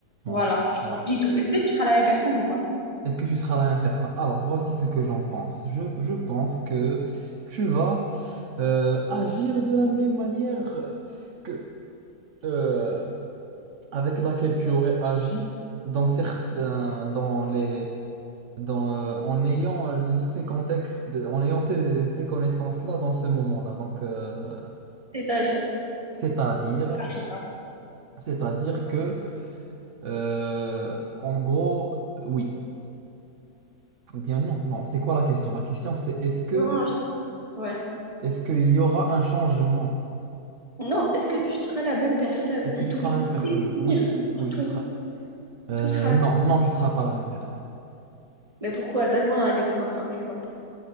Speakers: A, on the right; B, on the right.
A: ouais,
B: Voilà, tu
A: ouais.
B: oublies tout. Est-ce que tu seras la même personne ou pas?
A: Est-ce que tu seras la même personne? Alors, voici ce que j'en pense. Je, je pense que tu vas euh, agir de la même manière que euh, avec laquelle tu aurais agi dans certains, dans les, dans, euh, en ayant euh, ces contextes, en ayant ces, ces connaissances-là dans ce moment-là. Donc, euh,
B: C'est-à-dire.
A: c'est-à-dire,
B: Par exemple.
A: c'est-à-dire que, euh, en gros, oui ou bien non. Non, c'est quoi la question? La question, c'est est-ce que
B: Non, je... ouais.
A: Est-ce qu'il y aura un changement?
B: Non, est-ce que tu seras la même personne
A: Est-ce
B: si
A: que tu
B: tu
A: seras
B: oublies
A: la même
B: tous
A: personne?
B: tes souvenirs,
A: Oui.
B: surtout?
A: Oui, tu seras. Euh,
B: Est-ce que tu seras la
A: non,
B: même?
A: non, tu seras pas la même personne.
B: Mais pourquoi? Donne-moi un exemple, par exemple.